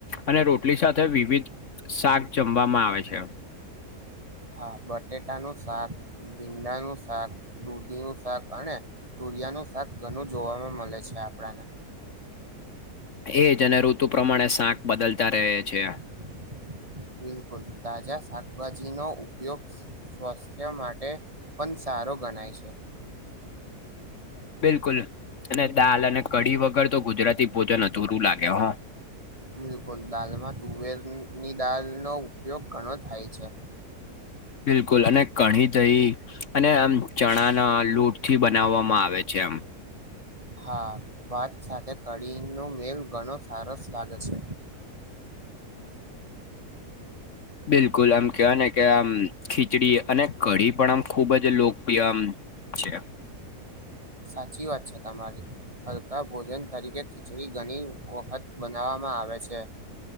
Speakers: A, on the left (about 55°); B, on the right (about 20°).
A: અને રોટલી સાથે વિવિધ શાક જમવામાં આવે છે.
B: હા બટેટાનું શાક, ભીંડાનું શાક, દૂધીનું શાક અને તુરિયાનું શાક ઘણું જોવાવામાં મળે છે આપણાને
A: એજ અને ઋતુ પ્રમાણે શાક બદલતા રહે છે.
B: <unintelligible> <inaudible> બિલકુલ તાજા શાકભાજી નો ઉપયોગ સ્વાસ્થ્ય માટે પણ સારો ગણાય છે.
A: બિલકુલ અને દાલ અને કઢી વગર તો ગુજરાતી ભોજન અધૂરું લાગે હ
B: બિલકુલ દાળમાં તુવેરની દાળનો ઉપયોગ ઘણો થાય છે.
A: બિલકુલ અને કણી થઈ અને આમ ચણાના લોટ થી બનાવવામાં આવે છે એમ
B: હા ભાત સાથે કઢીનો મેળ ઘણો સરસ લાગે છે.
A: બિલકુલ આમ કહવા ને કે આમ ખીચડી અને કઢી પણ આમ ખૂબ જ લોકપ્રિય આમ જ <unintelligible>
B: સાચી વાત છે તમારી હ. કા ભોજન તરીકે ખીચડી ઘણી વખત બનાવવામાં આવે છે.